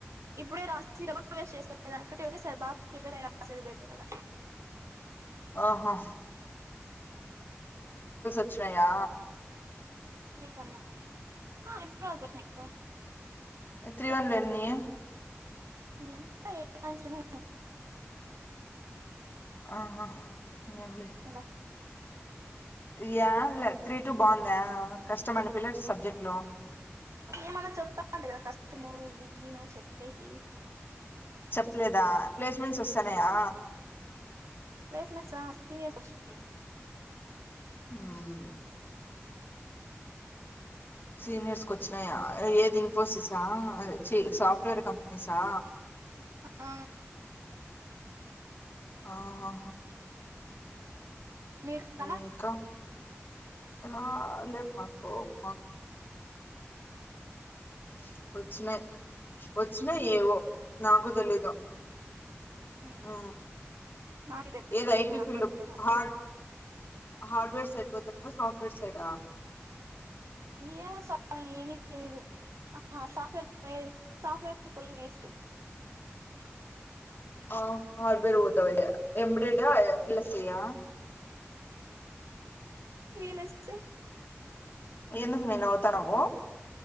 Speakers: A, on the right; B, on the left.
A: ఇప్పుడే రా సీరబ వేస్ట్ చేసుకో దాక ఒకేసారి బాబ ప్రిపేర్ అయేది బెటరు కదా
B: ఆహా చ్చయా
A: త్రీ పన్న ఆ ఎప్పుడుచ్చ కదా
B: ఎ త్రి వన్లని
A: ఎంత ఏ పాత్రనో
B: ఆహా ఇంగేమ్లే
A: ఇలా
B: యా త్రీ టు బాగుందా కష్టం అనిపియాల ఆ సబ్జెక్ట్ లు
A: ఏమన్నా చెప్తామండి కదా కష్టమరు ఈజీనో చెప్పేకి
B: చెప్పలేదా ప్లేస్మెంట్స్ వస్తాన్నాయా
A: పెస్ మస్సా తినేసి వచ్చా
B: ఉమ్ సీనియర్స్కి వచ్చినాయా ఏదిం ఇన్ఫోసిస సాఫట్వేర్ కపెనీసా
A: ఆ,
B: ఆహా
A: మీరు
B: ఉ
A: కదా
B: ఇంకా లా లే మా ఓహో <unintelligible> వచ్చినాయి వచ్చినాయి ఏవో నాకు తెలీదు
A: ఉమ్,
B: ఉ
A: నాకే తెలియదు
B: ఏది
A: వచ్చినాయి
B: ఐటి
A: నాకు
B: ఫీల్డ్
A: కూడా తెలియదు నాకు
B: హార్డ్
A: తెలుసు
B: హార్డ్వేర్ సైడ్ బతు సాఫట్వేర్ సైడ
A: ఏమో సాయి ఏమి తెలీదు ఆ సాఫ్ట్వేర్ పో సాఫ్ట్వేర్ పోయి వేస్ట్
B: ఆ హార్డ్వేర్ ఓతవ అయితే ఎబ్రైడ్ ఇలాసయ
A: వీలైతే
B: ఎందుకు మే నవ్వుతున్నావు